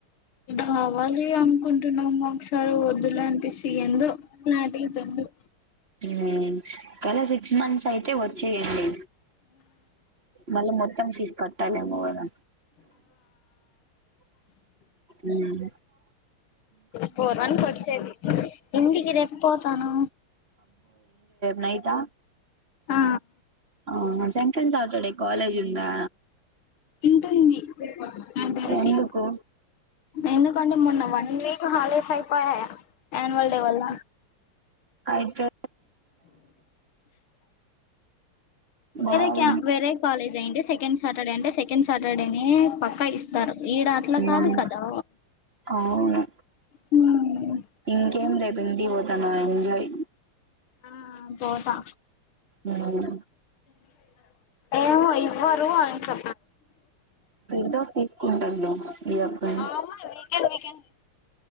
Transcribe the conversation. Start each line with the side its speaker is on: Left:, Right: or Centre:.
Left: రావాలి అనుకుంటున్నాము ఒకసారి వద్దులే అనిపిస్తు ఎందో లాంటిదడు
Right: హుమ్మ్ కాల సిక్స్ మంత్స్ యితే అయితే వచ్చేయండి మళ్ళీ మొత్తం ఫీజు కట్టాలేమో కదా ఉమ్
Left: ఫోర్ వన్ కి వచ్చేది ఇంటికి రేపు పోతాను
Right: నైత
Left: ఆ
Right: ఆ సేసెంట్ సాటర్డే కాలేజ్ జిందా
Left: ఉంటుంది నాకు తెలిసి
Right: ఎందుకు
Left: ఎందుకంటే మొన్న వన్ వీక్ హాలిడేస్ అయిపోయాయా అనువల్ డే వల్ల
Right: అయితే బాగు
Left: వేరే క వేరే కాలేజ్ అయిే సెకండ్ సాటర్డే అంటే సెకండ్ సాటర్డే ని పక్కా ఇస్తారు ఈడ అట్లా
Right: మ్
Left: కాదు కదా
Right: అవును
Left: హ్మ్మ్
Right: ఇంకేం రేపు ఇంటికి పోతాను ఎంజాయ్
Left: ఆ పోతా
Right: మ్
Left: ఏమో ఇవ్వరు అని చే
Right: ఫిర్దస్ తీసుకుంటంద ఈయాప్ప
Left: ఆ అమ్మాయి వీకెండ్ వీకెండ్